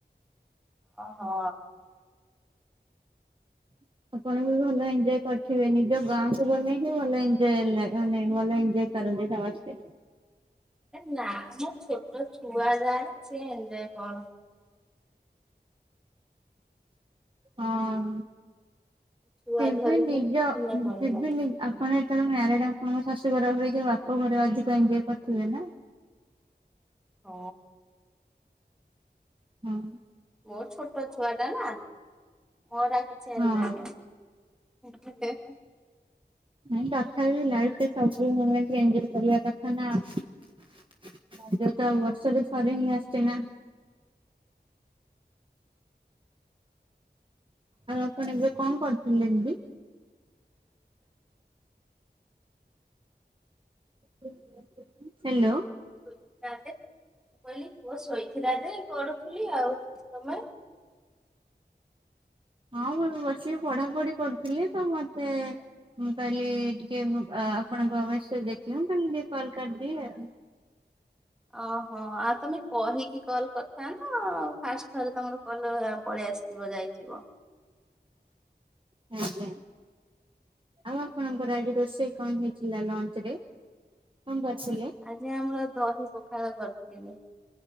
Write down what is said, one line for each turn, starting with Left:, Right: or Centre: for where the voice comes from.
Centre: ଓହୋ।
Right: <inaudible> ଆପଣ ବି ଭଲ ଏନଜଏ କରିଥିବେ ନିଜ ଗାଁକୁ ଗଲେ ହିଁ ଭଲ ଏନଜଏ ଲାଗେ ଭଲ ଏନଜଏ କରନ୍ତି ସମସ୍ତେ।
Centre: ନାମ ଛୋଟ ଛୁଆ ଯାର ସିଏ ଏନଜଏ କଣ?
Right: ହଁ।
Centre: ଛୁଆ
Right: ଫିର୍
Centre: ଧରି
Right: ବି ନିଜ
Centre: ଧରି ଦିନ
Right: ଫିର୍
Centre: ପଳେଇବ
Right: ବି ନି ଆପଣ ଯେତେବେଳେ ମ୍ୟାରେଡ ଆପଣଙ୍କ ଶାଶୁଘର ଅପେକ୍ଷା ବାପ ଘରେ ଅଧିକ ଏନଜଏ କରିଥିବେ ନା?
Centre: ଅ
Right: ହୁଁ।
Centre: ମୋର ଛୋଟ ଛୁଆ ଟା ନା ମୋର କିଛି
Right: ହଁ
Centre: ଏନଜଏ ନାହଁ। ହଁଏ ହଁ ଏ <unintelligible>
Right: ନାଇ ତଥାପି ଲାଇଫ ରେ ସବୁ ମୋମେଣ୍ଟ ରେ ଏନଜଏ କରିବା କଥା ନା। <inaudible> ବର୍ଷରେ ଥରେ ହିଁ ଆସେ ନା। ଆଉ ଆପଣ ଏବେ କଣ କରୁଥିଲେ ଦିଦି? <inaudible> ହ୍ୟାଲୋ
Centre: <inaudible> ମୁଁ କହିଲି ପୁଅ ଶୋଇଥିଲା ଯେ ଗଡୁଥିଲି ଆଉ। ତମେ?
Right: ହଁ ମୁଁ ବସିକି ପଢାପଢି କରୁଥିଲି ତ ମତେ ମୁଁ କହିଲି ଟିକେ ଅ ଆପଣଙ୍କ ମେସେଜ ଦେଖି କହିଲି ଟିକେ କଲ କରିଦିଏ ଆଉ।
Centre: ଓହୋ ଆଉ ତମେ କହିକି କଲ୍ କରିଥାନ୍ତ। ଫାଷ୍ଟ ଥରେ ତମର କଲ୍ ପଳେଇଆସି ଯିବ ଯାଇଥିବ?
Right: ଉ ହୁଁ। ଆଉ ଆପଣଙ୍କର ଆଜି ରୋଷେଇ କଣ ହେଇଥିଲା ଲଞ୍ଚ ରେ କଣ କରିଥିଲେ?
Centre: ଆଜି ଆମର ଦହି ପଖାଳ କରିଥିଲି